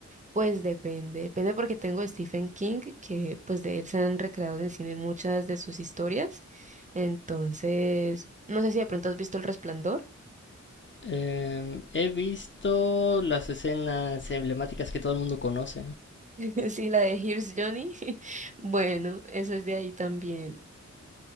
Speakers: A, on the right; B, on the left.
A: pues depende, depende porque tengo a Stephen King, que pues de él se han recreado en el cine muchas de sus historias, entonces no sé si de pronto has visto El Resplandor.
B: Em, he visto las escenas emblemáticas que todo el mundo conoce.
A: <laughs> Sí, la de Here's Johnny. <laughs> Bueno, eso es de ahí también.